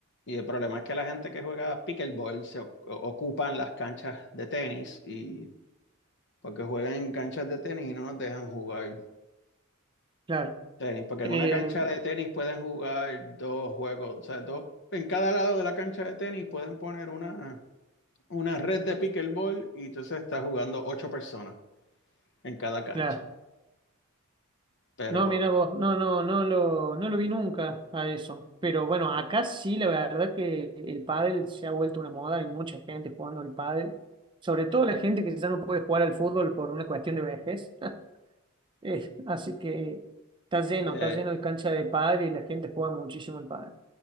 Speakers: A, on the left; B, on the right.
A: y el problema es que la gente que juega pickleball se o- ocupan las canchas de tenis y porque juegan en canchas de tenis y no nos dejan jugar.
B: Claro.
A: Tenis, porque
B: Eh,
A: en una cancha de tenis pueden jugar dos juegos, o sea, dos, en cada lado de la cancha de tenis pueden poner una, una red de pickleball y entonces está jugando ocho personas en cada cancha.
B: claro.
A: Pero
B: No, mira vos, no, no, no lo, no lo vi nunca a eso. Pero bueno, acá sí, la verdad que el pádel se ha vuelto una moda, hay mucha gente jugando al pádel, sobre todo la gente que ya no puede jugar al fútbol por una cuestión de vejez. <laughs> Eh, así que está lleno,
A: eh,
B: está lleno de cancha de pádel y la gente juega muchísimo el pádel.